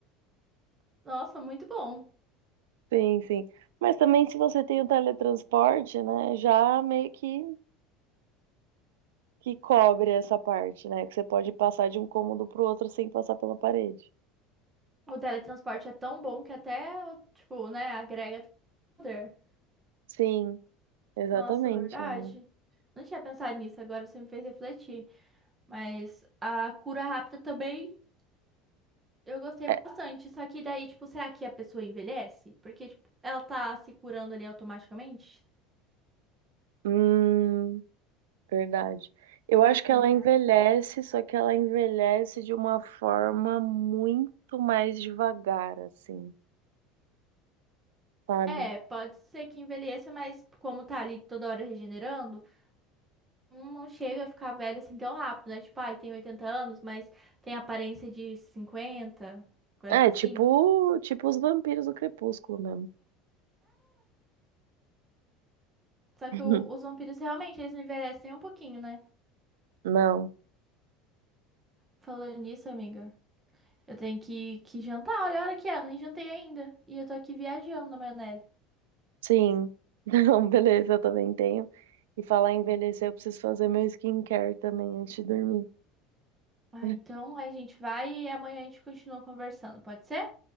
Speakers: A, on the right; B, on the right.
A: Nossa, muito bom.
B: Sim, sim. Mas também se você tem o teletransporte, né, já meio que, que cobre essa parte, né? Que você pode passar de um cômodo pro outro sem passar pela parede.
A: O teletransporte é tão bom que até, tipo, né, agrega poder.
B: Sim, exatamente.
A: Nossa, verdade.
B: é.
A: Não tinha pensado nisso, agora você me fez refletir. Mas a cura rápida também eu gostei bastante.
B: É,
A: Só que daí, tipo, será que a pessoa envelhece? Porque, tipo, ela tá se curando ali automaticamente?
B: hum, Verdade. Eu
A: Será
B: acho
A: que
B: que
A: tá
B: ela
A: ligado?
B: envelhece, só que ela envelhece de uma forma muito mais devagar, assim, sabe?
A: É, pode ser que envelheça, mas como tá ali toda hora regenerando, não não chega a ficar velho assim tão rápido, né? Tipo, ai, tem 80 anos, mas tem aparência de cinquenta, quarenta
B: É,
A: e
B: tipo,
A: cinco.
B: tipo os vampiros do Crepúsculo mesmo.
A: Só
B: <laughs>
A: que o- os vampiros realmente, eles não envelhecem nem um pouquinho, né?
B: Não,
A: Falando nisso, amiga, eu tenho que, que jantar. Olha a hora que é, eu nem jantei ainda. E eu tô aqui viajando na maionese.
B: sim. Não, beleza, eu também tenho. E falar em envelhecer, eu preciso fazer meu skincare também antes de dormir.
A: Ah,
B: <laughs>
A: então a gente vai e amanhã a gente continua conversando, pode ser?